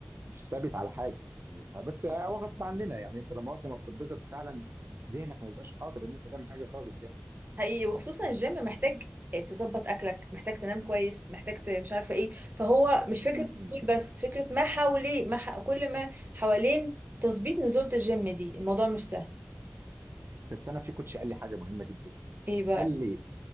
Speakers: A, on the right (about 75°); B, on the right (about 55°).
A: مش ثابت على حاجه يعني بس هو غصب عننا يعني انت لما انت ما بتضغط فعلا ذهنك ما بيبقاش حاضر ان انت تعمل حاجه خالص يعني
B: حقيقي وخصوصا الجيم محتاج تظبط اكلك محتاج تنام كويس محتاج ت- مش عارفه ايه فهو مش فكره
A: م- م-
B: نزول
A: م.
B: بس فكره ما حواليه ما ح... كل ما حوالين تظبيط نزوله الجيم دي الموضوع مش سهل
A: بس انا في كوتش قال لي حاجه مهمه جدا
B: ايه
A: قال لي